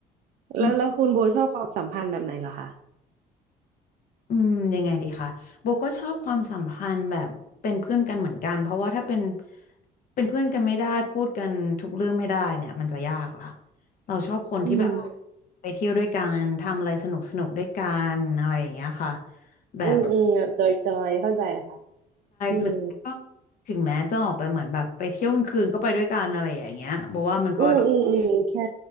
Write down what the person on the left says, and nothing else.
อืม
อืมยังไงดีคะโบก็ชอบความสัมพันธ์แบบเป็นเพื่อนกันเหมือนกันเพราะว่าถ้าเป็นเป็นเพื่อนกันไม่ได้พูดกันทุกเรื่องไม่ได้เนี่ยมันจะยากละเราชอบคนที่แบบ
ไปเที่ยวด้วยกันทำอะไรสนุกสนุกด้วยกันอะไรอย่างเงี้ยค่ะแบบ
หรือก็ถึงแม้จะออกไปเหมือนแบบไปเที่ยวกลางคืนก็ไปด้วยกันอะไรอย่างเงี้ยบอกว่ามันก็